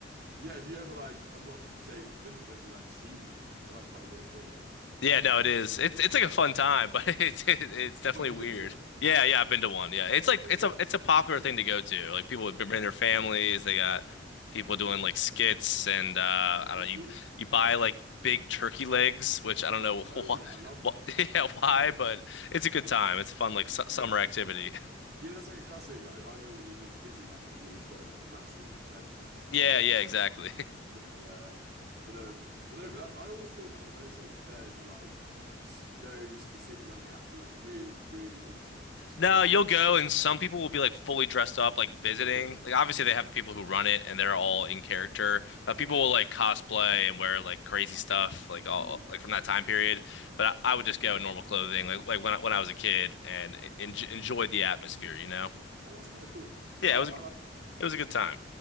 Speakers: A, on the right (about 55°); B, on the left (about 65°).
A: yeah. If you ever like, I'm not saying you've been to, but have you like seen them? They're like quite a weird thing, aren't they?
B: Yeah, no, it is. It's it's like a fun time, but <laughs> it's it, it's definitely
A: Well, have you
B: weird.
A: been to one?
B: Yeah, yeah, I've been to one. Yeah. It's like
A: Oh,
B: it's
A: nice.
B: a it's a popular thing to go to. Like people have been
A: Yeah,
B: bringing their families, they got people doing like skits and uh I
A: that's
B: don't know, you
A: cool.
B: you buy like big turkey legs, which I don't know <laughs>
A: Oh
B: why,
A: yeah, I love them.
B: <laughs> yeah, why, but it's a good time. It's fun like su summer
A: Yeah,
B: activity. <laughs>
A: yeah, that's like a classic. Like I know when we've been to Disneyland, like we always got like the massive turkey legs. It was
B: Yeah,
A: like a
B: yeah,
A: classic
B: exactly.
A: thing. Yeah, yeah. But um, but no, but that, I always thought like the Renaissance fairs were like s- very specific. Like you had to be like really, really into it to
B: No,
A: go to
B: you'll go, and some people will be like fully dressed up, like visiting.
A: one. Okay,
B: Like obviously they have the people who run it, and they're all in character. But
A: yeah,
B: people will like cosplay and wear like crazy stuff, like all
A: mm.
B: like from that time period. But I, I would just go in normal clothing, like like when I, when I was a kid, and en enjoy the atmosphere, you know?
A: Oh, that's kind of cool. No,
B: Yeah,
A: I,
B: it was
A: I like that.
B: it was a good time.